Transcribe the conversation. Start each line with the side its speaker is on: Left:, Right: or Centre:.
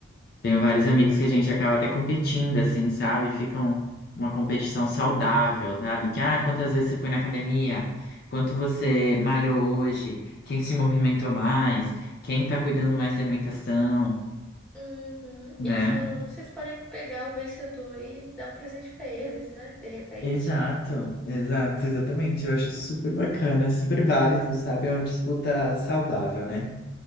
Left: Tenho vários amigos que a gente acaba até competindo, assim, sabe? Ficam uma competição saudável, sabe? Que, ah, quantas vezes você foi na academia? Quanto você malhou hoje? Quem se movimentou mais? Quem tá cuidando mais da alimentação?
Centre: Uhum.
Left: né?
Centre: E no final do ano vocês podem pegar o vencedor e dar um presente pra eles, né? De repente.
Left: Exato, exato, exatamente. Eu acho super bacana, super válido, sabe? É uma disputa saudável, né?